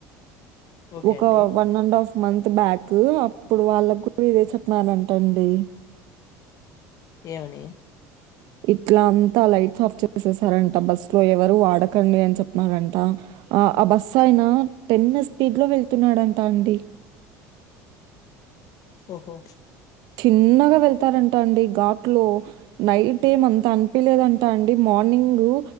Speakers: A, on the left (about 50°); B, on the right (about 70°).
A: ఓకే
B: ఒక
A: అండి.
B: One and half. Month back అప్పుడు వాళ్ళకు కూడా ఇదే చెప్పినారంట అండి.
A: ఏవని.
B: ఇట్లా అంతా లైట్స్ ఆఫ్ చేసేస్తారంట బస్సు లో ఎవరు వాడకండి అని చెప్నారంట. ఆ ఆ బస్సు ఆయన టెన్ స్పీడ్ లో వెళ్తున్నాడంట అండి.
A: ఓహో
B: చిన్నగా వెళ్తారంటా అండి ఘాట్లో. నైట్ ఏం అంత అనిపలేదంటా అండి మార్నింగు.